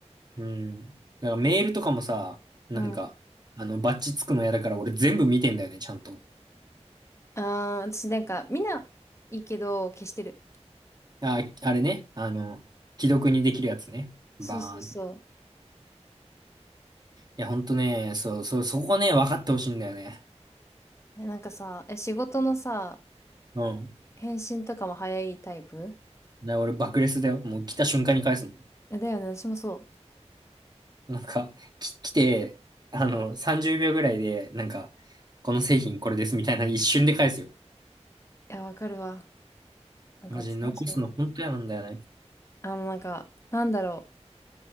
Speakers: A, on the right (about 35°); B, on the left (about 25°).
A: うん。だからメールとかもさ、なんか、
B: うん。
A: あの、バッチつくの嫌だから俺全部見てんだよね、ちゃんと。
B: ああ、私なんか、みんないいけど、消してる。
A: あ、あれね、あの、既読にできるやつね。
B: そうそうそ
A: バーン。いや、ほんとね、そう、そう、そこね、分かってほしいんだよね。
B: う。え、なんかさ、え、仕事のさ、
A: うん。
B: 返信とかも早いタイプ
A: だから俺爆レスだよ。もう来た瞬間に返すもん
B: えだよね、私もそう。
A: なんか、き、来て、あの、30秒ぐらいで、なんか、この製品これですみたいな一瞬で返すよ。
B: いや、わかるわ。なんか私もそう。
A: マジ残すの本当嫌なんだよね。
B: あの、なんか、なんだろ